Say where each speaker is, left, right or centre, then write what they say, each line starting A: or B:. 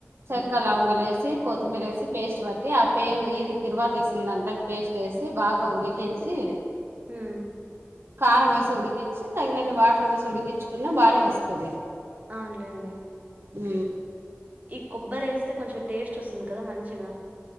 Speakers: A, on the right (about 60°); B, on the right (about 35°).
A: చెక్క లవంగాలు వేసి కొత్తిమీర వేసి పేస్ట్ బట్టి ఆ పే ఇది తిరువాత వేసిందంతా పేస్ట్ వేసి బాగా ఉడికీన్ సి
B: హ్మ్
A: కారం వేసి ఉడికిచి తగినన్ని వాటర్ పోసి ఉడికించుకున్న బానే వస్తది
B: అవును లేండి
A: ఊ
B: ఈ కొబ్బరి వేస్తే కొంచెం టేస్ట్ వస్తుంది కదా మంచిగా